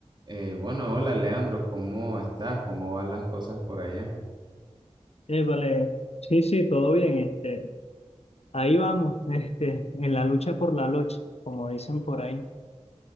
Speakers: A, on the right; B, on the left.
A: Eh, bueno, hola Leandro, ¿cómo estás? ¿Cómo van las cosas por allá?
B: Épale, sí, sí, todo bien, este, ahí vamos, este, en la lucha por la lucha, como dicen por ahí.